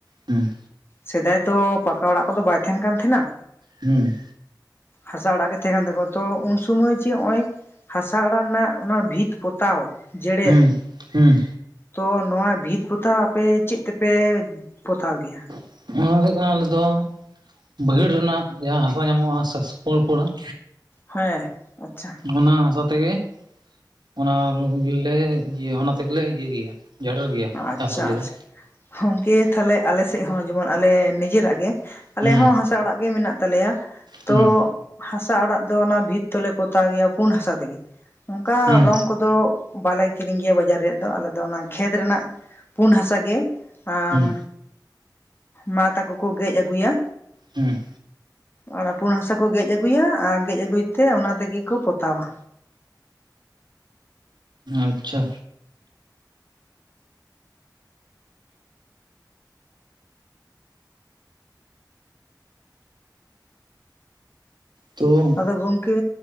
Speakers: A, on the right; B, on the left.
A: ᱦᱮᱸ
B: ᱥᱮᱫᱟᱭ ᱛᱚ ᱯᱟᱠᱟ ᱚᱲᱟᱜ ᱠᱚᱫᱚ ᱵᱟᱭ ᱛᱟᱸᱦᱮᱱ ᱠᱟᱱ ᱛᱟᱸᱦᱮᱱᱟ
A: ᱦᱩᱸ
B: ᱦᱟᱥᱟ ᱚᱸᱲᱟᱜ ᱜᱮ ᱛᱟᱦᱮᱸ ᱠᱟᱱ ᱛᱟᱠᱚᱣᱟ ᱛᱚ ᱩᱱ ᱥᱩᱢᱚᱭ ᱡᱮ ᱦᱚᱜᱼᱚᱭ ᱦᱟᱥᱟ ᱚᱸᱲᱟᱜ ᱨᱮᱱᱟᱜ ᱚᱱᱟ ᱵᱷᱤᱛ ᱯᱚᱛᱟᱣ ᱡᱮᱨᱮᱲ
A: ᱦᱩᱸ ᱦᱩᱸ
B: ᱛᱚ ᱱᱚᱣᱟ ᱵᱷᱤᱛ ᱯᱚᱛᱟᱣ ᱟᱯᱮ ᱪᱮᱫ ᱛᱮᱯᱮ ᱯᱚᱛᱟᱣ ᱜᱮᱭᱟ?
A: ᱚᱱᱟ ᱫᱚ ᱦᱩᱭᱩᱜ ᱠᱟᱱᱟ ᱟᱞᱮ ᱫᱚ ᱵᱟᱹᱭᱦᱟᱹᱲ ᱨᱮᱱᱟᱜ ᱡᱟᱦᱟᱸ ᱦᱟᱥᱟ ᱧᱟᱢᱚᱜᱼᱟ ᱯᱳᱲ ᱯᱳᱲ ᱟᱜ
B: ᱦᱮᱸ ᱟᱪᱪᱷᱟ
A: ᱚᱱᱟ ᱦᱟᱥᱟ ᱛᱮᱜᱮ ᱚᱱᱟ ᱨᱩᱢ ᱞᱮ ᱤᱭᱟᱹᱭᱟ ᱚᱱᱟ ᱛᱮᱜᱮᱞᱮ ᱤᱭᱟᱹᱭ ᱜᱮᱭᱟ᱾ ᱡᱮᱨᱮᱲ ᱜᱮᱭᱟ
B: ᱟᱪᱪᱷᱟ
A: ᱡᱟᱦᱟᱸ ᱠᱚ ᱞᱟᱹᱭᱟ
B: ᱟᱪᱪᱷᱟ ᱜᱚᱝᱠᱮ ᱛᱟᱦᱟᱞᱮ ᱟᱞᱮᱥᱮᱫ ᱦᱚᱸ ᱡᱮᱢᱚᱱ ᱟᱞᱮ ᱱᱤᱡᱮᱨᱟᱜ ᱜᱮ ᱟᱞᱮ
A: ᱦᱩᱸ
B: ᱦᱚᱸ ᱦᱟᱥᱟ ᱚᱸᱲᱟᱜ ᱜᱮ ᱢᱮᱱᱟᱜ ᱛᱟᱞᱮᱭᱟ ᱛᱚ
A: ᱦᱩᱸ
B: ᱦᱟᱥᱟ ᱚᱸᱲᱟᱜ ᱫᱚ ᱚᱱᱟ ᱵᱷᱤᱛ ᱫᱚᱞᱮ ᱯᱚᱛᱟᱣ ᱜᱮᱭᱟ ᱯᱩᱸᱰ ᱦᱟᱥᱟ ᱛᱮᱜᱮ ᱚᱱᱠᱟ
A: ᱦᱩᱸ
B: ᱨᱚᱝ ᱠᱚᱫᱚ ᱵᱟᱞᱮ ᱠᱤᱨᱤᱧ ᱜᱮᱭᱟ ᱵᱟᱡᱟᱨ ᱨᱮᱭᱟᱜ ᱫᱚ, ᱟᱞᱮ ᱫᱚ ᱚᱱᱟ ᱠᱷᱮᱛ ᱨᱮᱱᱟᱜ ᱯᱩᱹᱰ ᱦᱟᱥᱟ ᱜᱮ ᱟᱢ
A: ᱦᱩᱸ
B: ᱢᱟ ᱛᱟᱠᱚ ᱠᱚ ᱜᱮᱡ ᱟᱹᱜᱩᱭᱟ
A: ᱦᱩᱸ
B: ᱚᱱᱟ ᱯᱩᱸᱲ ᱦᱟᱥᱟ ᱠᱚ ᱜᱮᱡ ᱟᱹᱜᱩᱭᱟ ᱟᱨ ᱜᱮᱡ ᱟᱹᱜᱩᱭ ᱛᱮ ᱚᱱᱟ ᱛᱮᱜᱮ ᱠᱚ ᱯᱚᱛᱟᱣᱟ᱾
A: ᱟᱪᱪᱷᱟ ᱛᱚ
B: ᱟᱫᱚ ᱜᱚᱝᱠᱮ